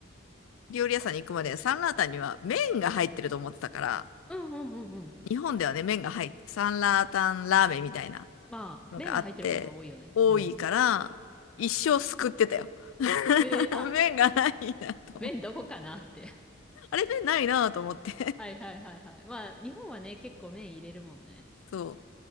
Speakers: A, on the left; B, in the centre.
A: 料理屋さんに行くまでサンラータンには麺が入ってると思ってたから、
B: うんうんうんうん。
A: 日本ではね、麺が入って、サンラータンラーメンみたいな
B: まあ、
A: のがあって、
B: 麺が入ってることは多いよね。
A: 多いから、
B: うん。
A: 一生すくってたよ。<laughs>
B: ええあ、
A: 麺がないなと思って。
B: 麺どこかなって。
A: あれ、麺ないなと思って。
B: <laughs> はいはいはいはい。まあ、日本はね、結構麺入れるもんね。
A: そう。